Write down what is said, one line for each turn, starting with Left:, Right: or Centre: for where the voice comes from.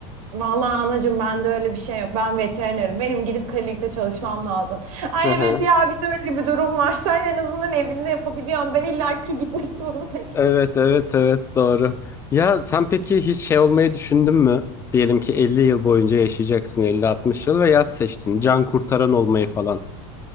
Right: Vallahi anacığım bende öyle bir şey yok. Ben veterinerim. Benim gidip klinikte çalışmam lazım. Ay
Left: Hı hı.
Right: evet ya bir de öyle bir durum var. Sen en azından evinde yapabiliyorsun. Ben illaki gitmek <laughs> zorundayım.
Left: Evet, evet, evet doğru. Ya sen peki hiç şey olmayı düşündün mü? Diyelim ki 50 yıl boyunca yaşayacaksın 50-60 yıl ve yaz seçtin. Can kurtaran olmayı falan.